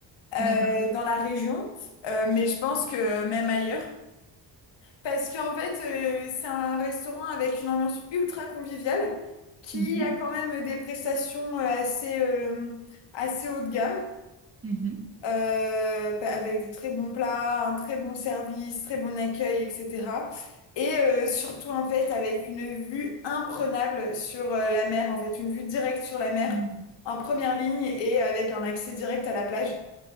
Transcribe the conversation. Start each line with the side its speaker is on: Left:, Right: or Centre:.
Left: euh,
Right: D'accord.
Left: dans la région. Euh, mais je pense que même ailleurs. Parce qu'en fait, euh, c'est un restaurant avec une ambiance ultra conviviale qui
Right: Mhm.
Left: a quand même des prestations euh, assez, euh, assez haut de gamme,
Right: Mhm.
Left: euh, pa- avec des très bons plats, un très bon service, très bon accueil, etc. Et euh, surtout, en fait, avec une vue imprenable sur euh, la mer, en fait, une vue directe sur la mer
Right: Mhm.
Left: en première ligne et avec un accès direct à la plage.